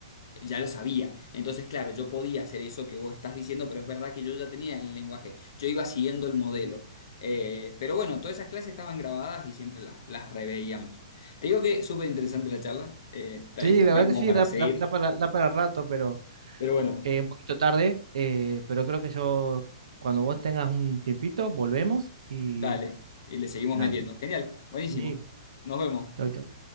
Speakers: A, on the left; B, on the right.
A: ya lo sabía. Entonces, claro, yo podía hacer eso que vos estás diciendo, pero es verdad que yo ya tenía el lenguaje, yo iba siguiendo el modelo. Eh, pero bueno, todas esas clases estaban grabadas y siempre las, las reveíamos. Te digo que súper interesante la charla, eh, ta-
B: Sí,
A: estaría
B: la verdad
A: como
B: que sí,
A: para
B: da,
A: seguir,
B: da- da para, da para rato, pero
A: pero bueno,
B: eh, un poquito tarde. eh, pero creo que yo, cuando vos tengas un tiempito, volvemos y
A: dale, y le seguimos
B: dale.
A: metiendo. Genial, buenísimo.
B: Sí,
A: Nos vemos.
B: chau, chau.